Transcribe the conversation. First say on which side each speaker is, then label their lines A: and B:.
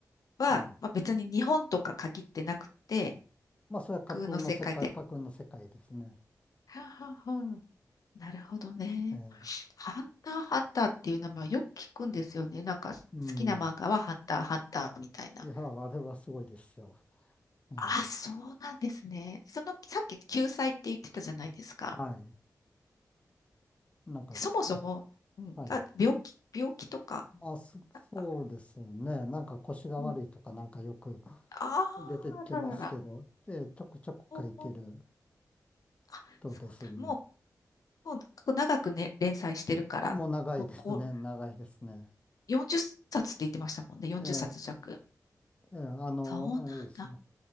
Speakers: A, on the left (about 65°); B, on the left (about 20°).
A: は、
B: はい。
A: まあ、別に日本とか限ってなくて、
B: まあ、それは架空の世界、
A: 空の世界で。
B: 架空の世界ですね。
A: はあはあはあなるほどね。
B: ええ、
A: ハンターハンターっていう名前よく聞くんですよね。なんか好きな漫画はハンターハンターみたいな。
B: うん。いや、あれはすごいですよ。ええ、
A: あ、そうなんですね。その、さっき救済って言ってたじゃないですか。
B: はい。なんか、
A: そもそも、
B: ええ
A: うん、
B: はいなんかえはい
A: あ、病気、病気とか、
B: まあ、そそうですね。
A: なんか、
B: なんか腰が悪いとかなんかよく
A: うんあーららら、
B: 出てきますけど、で、ちょくちょく書いてる
A: ほうほう、あ、
B: とですね。
A: そうだ、もう、もうこう長くね、連載してるから、
B: もう長いですね。
A: もうこ
B: 長いですね。
A: う、40冊っさつって言ってましたもんね、40冊弱。
B: ええ、ええ、あの、
A: そうなんだ。
B: あれです。